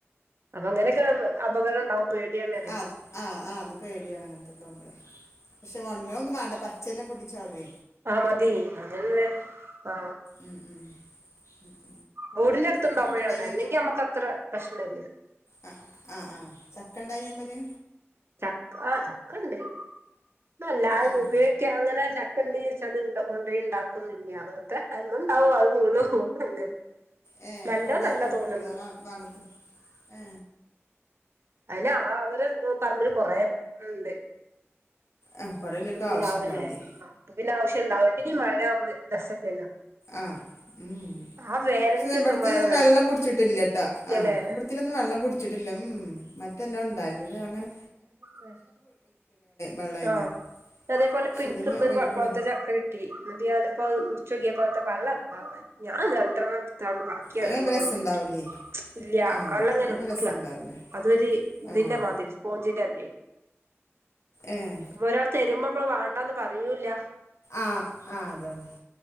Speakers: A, on the right (about 55°); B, on the left (about 75°).
A: അപ്പൊ അങ്ങനൊക്കെ അപകടം ഉണ്ടാവും. പേടിയാണ് അറിയാം
B: ആ ആ ആ അത് പേടിയാണ്ങ്ങനെ <unintelligible> ശോ അങ്ങനൊന്നും വേണ്ട പച്ചന്നെ പൊട്ടിചാട്വേ
A: ആ മതി അതല്ലെ ആ
B: ഉം ഉം <inaudible>
A: ബോടിന്റെ അടുത്ത്ണ്ടാവുമ്പഴാണ്
B: ചക്ക ഉണ്ടായിനോ
A: അല്ലെങ്കി അമ്മക് അത്ര പ്രശ്നല്ല
B: ആ ആ ആ ചക്ക ഇണ്ടായിനോ അയ്മല്
A: ചക്ക ആ ചക്കണ്ട് ഇപ്പൊ എല്ലാരും
B: ഏഹ്
A: ഉപയോഗിക്കോ അങ്ങനെ ചക് ക്ക ഇണ്ട് ചാരിച്ങ്ങാണ്ട് ന്താ കൊണ്ടോയി ഇണ്ടാക്കൊന്നൂല്ല്യ. വെറുതെ അതെന്നെ ഇണ്ടാവും അത് വീണ് പോവും അങ്ങനെ
B: ഏ
A: നല്ലോ
B: അപ്പൊ അവിടെ
A: നല്ല
B: ആർക്കും പറ്റൂല
A: തോന്നുന്നുണ്ട്
B: ആ ഭാഗത്തും ഏ
A: അയ്ന് ആ അവര് പറമ്പില് കൊറെേ ഇണ്ട്.
B: ആഹ് കൊറേ ഉള്ളോർക്ക്
A: പ്ലാവുമ്മെ
B: ആവശ്യം ഉണ്ടാവൂലേ
A: പിന്നെ ആവശ്യം ഇണ്ടാവി പിന്നെ ഈ മഴ ആവുമ്പോ രസല്ലല്ലോ
B: ആ മ്
A: ആ വേനൽക്ക്
B: പക്ഷെ
A: കിട്ടുമ്പോഴാണ്
B: ഇബ്ട്ത്തെലൊന്നും
A: നല്ലത്
B: വെള്ളം കുടിച്ചിട്ടില്ലട്ടോ
A: ഇല്ലല്ലേ
B: ആഹ് ഇബ്ട്ത്തെലൊന്നും വെള്ളം കുടിച്ചിട്ടില്ല മ് മ് മറ്റെല്ലാം ഇണ്ടാവല് ണ്ടങ്ങനെ
A: ആ
B: വെള്ളയിന്ന്
A: ആ അതേപോലെപ്പിൻക്കും
B: പക്ഷെ ഇതൊന്ന്
A: ഇന്നൊരു
B: ഒലിക്കണം
A: പഴ്ത്ത ചക്ക കിട്ടി ന്നട്ട് ഞാനപ്പോത്‌ മുറി ച്ചോക്കേപ്പൊ അതൊക്കെ വെള്ളം ആകെ ഞാൻ രണ്ടെണ്ണം തിന്നു ബാക്കി
B: അങ്ങനാവുമ്പോ
A: വർന്ന കൊണ്ടെട്ടു.
B: രസണ്ടാവൂലേ
A: ഇല്ല്യ
B: ആഹ്
A: വെള്ളങ്ങനെ
B: അങ്ങനാവുമ്പോ
A: ഒലിക്ക
B: രസണ്ടാവൂല
A: അതൊരു ഇതിന്റെ
B: ആഹ്
A: മാതിരി സ്പോഞ്ചിന്റെ മാതിര്യായി
B: ഏഹ്
A: അപ്പൊ ഒരാള് തരുമ്പോ മ്മള് വേണ്ടന്ന് പറയൂല്ല
B: ആഹ് ആഹ് അതാണ്